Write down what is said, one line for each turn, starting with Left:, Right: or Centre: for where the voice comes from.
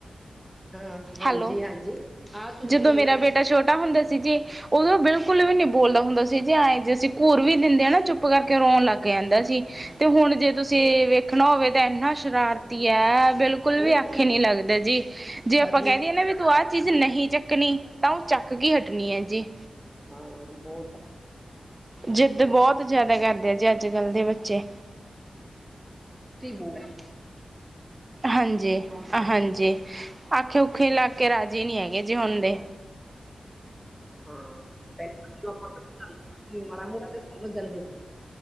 Centre: ਹਾਂ ਹਾਂਜੀ
Right: ਹੈਲੋ
Centre: ਹਾਂਜੀ ਹਾਂ ਸੁਣਦੀ
Right: ਜਦੋਂ
Centre: ਆ
Right: ਮੇਰਾ
Centre: ਮੈਂ
Right: ਬੇਟਾ ਛੋਟਾ ਹੁੰਦਾ ਸੀ ਜੇ ਉਦੋਂ ਬਿਲਕੁਲ ਵੀ ਨਹੀਂ ਬੋਲਦਾ ਹੁੰਦਾ ਸੀ ਜੇ ਐਂ ਜੇ ਅਸੀਂ ਘੂਰ ਵੀ ਦਿੰਦੇ ਹ ਨਾ ਚੁੱਪ ਚੁੱਪ ਕਰਕੇ ਰੋਣ ਲੱਗ ਜਾਂਦਾ ਜੀ ਤੇ ਹੁਣ ਜੇ ਤੁਸੀਂ ਵੇਖਣਾ ਹੋਵੇ ਤਾਂ ਇੰਨਾ ਸ਼ਰਾਰਤੀ ਹੈ ਬਿਲਕੁਲ ਬਿਲਕੁਲ
Centre: ਉਹ
Right: ਵੀ ਆਖੇ
Centre: ਹੁਣ
Right: ਨੀ ਲੱਗਦਾ ਜੀ ਜੇ
Centre: ਬਾਜੂ
Right: ਆਪਾਂ ਕਹਿ
Centre: ਹਮ
Right: ਦਏ ਨਾ ਵੀ ਤੂੰ ਆਹ ਚੀਜ਼ ਨਹੀਂ ਚੱਕਣੀ ਤਾਂ ਉਹ ਚੱਕ ਕੀ ਹਟਣੀ ਹੈ ਜੀ
Centre: ਹਾਂ ਬਹੁ
Right: ਜਿੱਦ ਬਹੁਤ ਜਿਆਦਾ ਕਰਦੇ ਆ ਜੇ ਅੱਜ ਕੱਲ੍ਹ ਦੇ ਬੱਚੇ
Centre: ਜਿੱਦੀ ਬਹੁਤ ਹ
Right: ਹਾਂਜੀ ਹਾਂਜੀ ਆਖੇ ਔਖੇਲੱਗ ਕੇ ਰਾਜੀ ਨਹੀਂ ਹੈਗੇ ਜੀ ਹੁਣ ਦੇ
Centre: ਹਾਂ ਪਹਿਲਾਂ ਜੇ ਸਮਝਾਈ ਏ ਤੇ ਮਾੜਾ ਮੋਟਾ ਸਮਝ ਜਾਂਦੇ